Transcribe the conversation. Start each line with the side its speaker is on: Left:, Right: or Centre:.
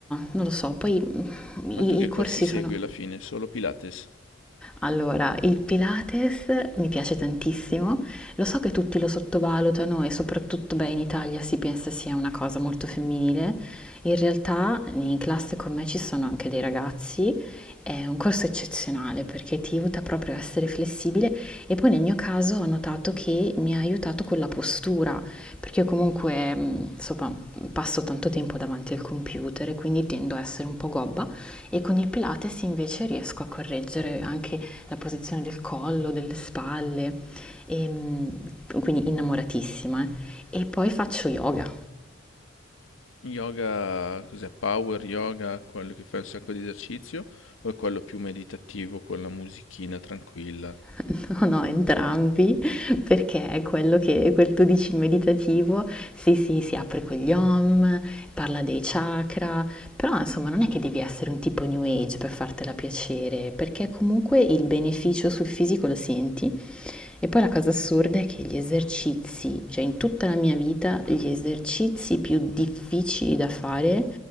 Centre: non lo so, poi, mhmm, i
Left: Ma tu che
Centre: i corsi
Left: corsi segui
Centre: sono
Left: alla fine? Solo Pilates?
Centre: allora, il Pilates mi piace tantissimo, lo so che tutti lo sottovalutano e soprattutto, beh, in Italia si pensa sia una cosa molto femminile. In realtà in classe con me ci sono anche dei ragazzi, è un corso eccezionale perché ti aiuta proprio a essere flessibile e poi nel mio caso ho notato che mi ha aiutato con la postura, perché io comunque, mh, insomma, passo tanto tempo davanti al computer e quindi tendo a essere un po' gobba e con il Pilates invece riesco a correggere anche la posizione del collo, delle spalle, e, mm, quindi innamoratissima. eh. E poi faccio yoga,
Left: Yoga, cos'è? Power yoga, quello che fa un sacco di esercizio? O è quello più meditativo con la musichina tranquilla
Centre: <laughs> no, no, entrambi, perché è quello che, quel tu dici meditativo, sì, sì, si apre con gli om, parla dei chakra, però insomma non è che devi essere un tipo new age per fartela piacere, perché comunque il beneficio sul fisico lo senti E poi la cosa assurda è che gli esercizi, cioè in tutta la mia vita, gli esercizi più difficili da fare